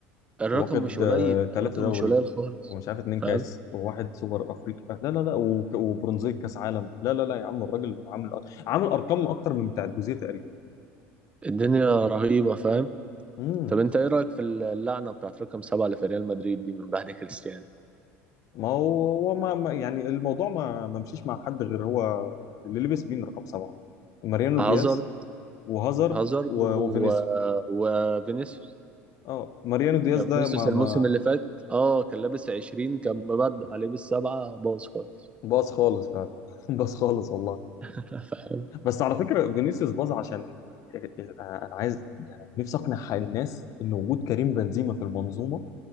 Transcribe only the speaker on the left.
واخد
آه تلاتة
دوري
ومش عارف اتنين
كاس وواحد سوبر أفريقيا لا لا لا وك- وبرونزية كاس عالم لا لا لا يا عم الراجل عامل عامل أرقام أكتر من بتاع الجوزية تقريبا
امم
ما هو هو ما ما- يعني الموضوع ما ما مشيش مع حد غير هو اللي لبس مين رقم سبعة ماريانو
دياز وهازارد
و-
وفينيسيوس
اه ماريانو دياز
ده
ما
ما
باظ خالص فعلا <laughs> باظ خالص والله
بس على فكره فينيسيوس باظ عشان انا عايز يعني نفسي اقنع الناس ان وجود كريم بنزيما في المنظومه